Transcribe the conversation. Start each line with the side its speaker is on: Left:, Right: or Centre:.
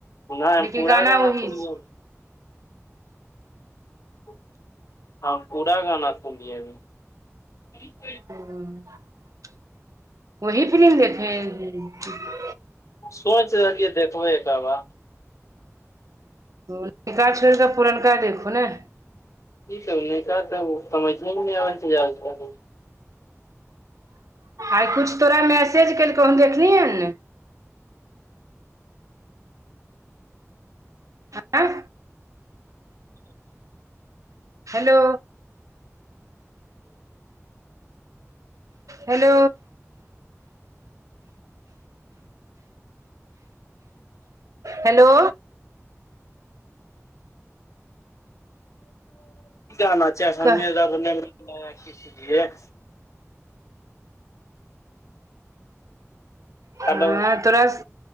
Left: नै हम
Right: लेकिन
Left: पूरा गाना
Right: वही
Left: सुन
Right: छै
Left: लियौ। <unintelligible>
Right: <unintelligible>
Left: सोंइच रहलियै देखबै एकऽ बा
Right: ओ नबका छोइड़ कऽ पुरनका देखू ने।
Left: ई सब नैका तऽ उ समैझे में नै आबै छै <unintelligible>
Right: आइ कुछ तोरा मैसेज केलकौ हन देखलिहन नै। आँ हैलो हैलो हेलो
Left: गाना छै हमें
Right: कह
Left: रब ने बनाया किसलिए
Right: हें
Left: हेलो
Right: तोरा स